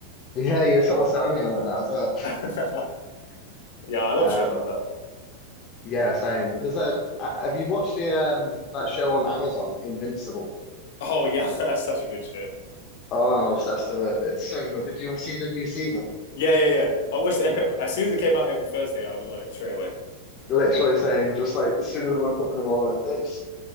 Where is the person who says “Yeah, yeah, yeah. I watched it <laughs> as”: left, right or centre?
Left